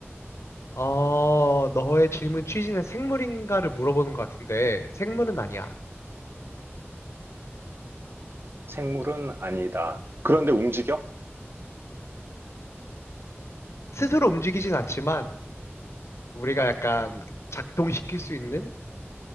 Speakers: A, on the left (about 75°); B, on the right (about 55°).
A: 어, 너의 질문 취지는 생물인가를 물어보는 것 같은데 생물은 아니야.
B: 생물은 아니다. 그런데 움직여?
A: 스스로 움직이진 않지만 우리가 약간 작동시킬 수 있는